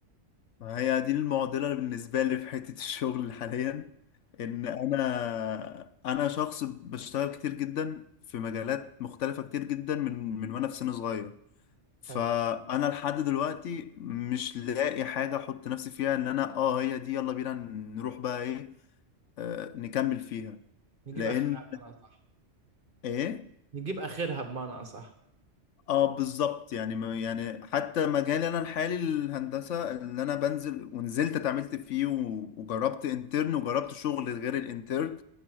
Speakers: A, on the left; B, on the right.
A: ما هي دي المعضلة بالنسبة لي في حتة <laughs> الشغل حاليا ان انا انا شخص بشتغل كتير جدا في مجالات مختلفة كتير جدا من من وانا في سن صغير فانا
B: حلو
A: لحد دلوقتي مش لاقي حاجه احط نفسي فيها ان انا اه هي دي يلا بينا نروح بقى ايه آه نكمل فيها
B: نجيب
A: لان
B: اخرها بمعنى صح
A: ايه
B: نجيب اخرها بمعنى اصح
A: اه بالظبط يعني ما- يعني حتى مجالي انا الحالي الهندسه اللي انا بنزل ونزلت اتعاملت فيه و- وجربت انترن وجربت شغل غير الانترن